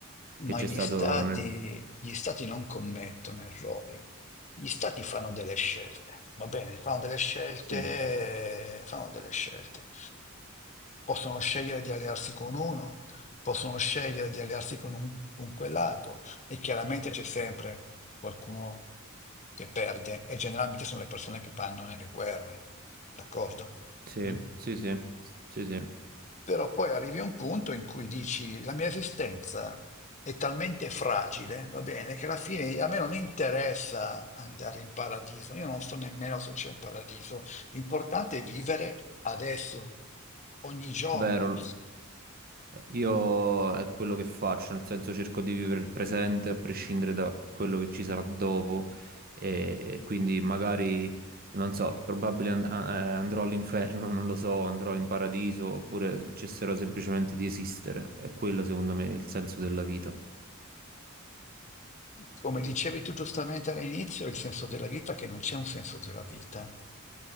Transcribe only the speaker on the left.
Ma
gli
stati,
gli stati non commettono errori, gli stati fanno delle scelte, va bene? Fanno delle scelte,
fanno delle scelte. Possono scegliere di allearsi con uno, possono scegliere di allearsi con, un- con quell'altro e chiaramente c'è sempre qualcuno che perde e generalmente sono le persone che vanno nelle guerre, d'accordo?
Mm?
Però poi arrivi a un punto in cui dici la mia esistenza è talmente fragile, va bene, che alla fine a me non interessa andare in paradiso, io non so nemmeno se c'è un paradiso, l'importante è vivere adesso, ogni giorno.
Come dicevi tu giustamente all'inizio, il senso della vita è che non c'è un senso della vita.